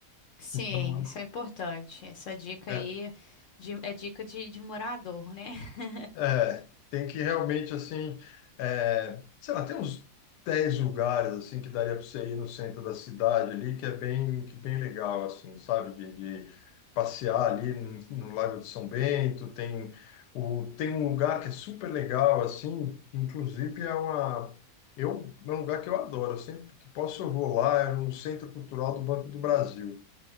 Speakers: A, on the left; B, on the left.
A: Sim,
B: Então,
A: isso é importante. Essa dica
B: é,
A: aí de- é dica de, de morador, né? <laughs>
B: É, tem que realmente, assim, é, sei lá, tem uns 10 lugares, assim, que daria para você ir no centro da cidade ali, que é bem, que bem legal, assim, sabe? De, de passear ali no, no Lago de São Bento, tem, o, tem um lugar que é super legal, assim, que inclusive é uma... Eu, é um lugar que eu adoro, eu sempre que posso eu vou lá, é no Centro Cultural do Banco do Brasil.